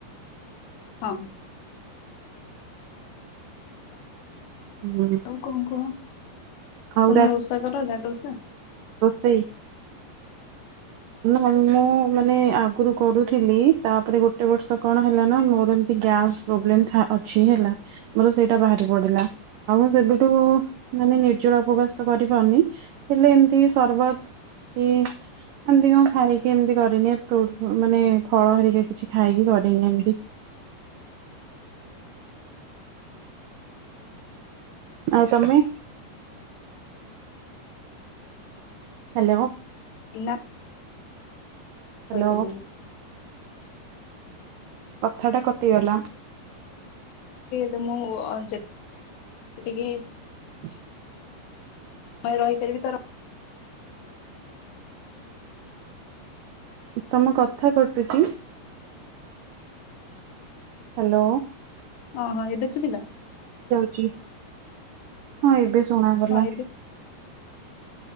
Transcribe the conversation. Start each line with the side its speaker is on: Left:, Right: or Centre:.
Left: ହଁ।
Right: ହୁଁ
Left: ଆଉ କଣ କୁହ
Right: ଆଉ
Left: ତମେ
Right: ରା
Left: ଓଷା କର ଜାଗରଷ।
Right: ସେ ମୁଁ ମାନେ ଆଗରୁ କରୁଥିଲି ତାପରେ ଗୋଟେ ବର୍ଷ କଣ ହେଲା ନା ମୋର ଏମତି ଗ୍ୟାସ୍ ପ୍ରୋବ୍ଲେ ଅଛି ହେଲା ମୋର ସେଇଟା ବାହାରି ପଡିଲା। ଆଉ ମୁଁ ସେବଠୁ ମାନେ ନିର୍ଜଳା ଉପବାସ ତ କରିପାରୁନି ହେଲେ ଏମିତି ସର୍ବତ କି ଏମିତି କଣ ଖାଇକି ଏମତି କରିନି ଫ୍ରୁଟ ମାନେ ଫଳ ହେରିକି କିଛି ଖାଇକି କରିନି ଏମତି। ଆଉ ତମେ? ହ୍ୟାଲୋ।
Left: ନା।
Right: ହ୍ୟାଲୋ
Left: ହାଇପାରିବ।
Right: କଥା ଟା କଟିଗଲା
Left: ତ ମୁଁ ଅତିକି
Right: ହୁଁ।
Left: ମୁଁ ରହିପାରିବି ତ ର
Right: ତମ କଥା କଟୁଛି। ହାଲୋ।
Left: ଓହୋ ଏବେ ସୁବିଲା
Right: ହ। ହଁ ଏବେ ଶୁଣାଗଲା
Left: ହଁ ଏବେ